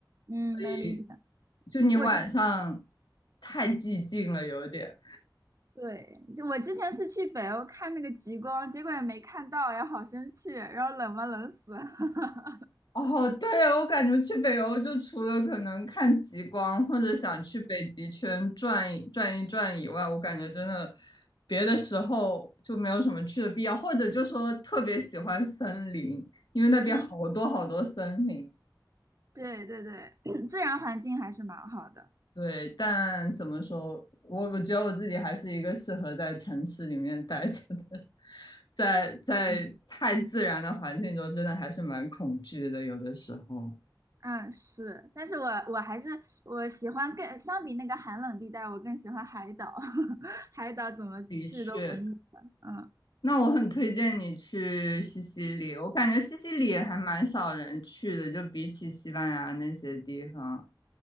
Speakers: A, on the right (about 45°); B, on the left (about 70°).
A: 嗯，
B: 所以
A: 能理解。
B: 就你晚上
A: 我
B: 太寂静了，有点。
A: 对，就我之前是去北欧看那个极光，结果也没看到，呀，好生气，然后冷吗冷死。<laughs>
B: 哦，对，我感觉去北欧就除了可能看极光或者想去北极圈转一转一转以外，我感觉真的别的时候就没有什么去的必要，或者就说特别喜欢森林，因为那边好多好多森林。
A: 嗯，对对对，<coughs> <clears throat> 自然环境还是蛮好的。
B: 对，但怎么说，我我觉得我自己还是一个适合在城市里面待着的，<laughs> 在在太自然的环境中，
A: 嗯。
B: 真的还是蛮恐惧的，有的时候。
A: 嗯，是，但是我我还是我喜欢更相比那个寒冷地带，我更喜欢海岛，<laughs> 海岛怎么去都不腻的。
B: 的确，
A: 嗯，
B: 那我很推荐你去西西里，我感觉西西里还蛮少人去的，就比起西班牙那些地方。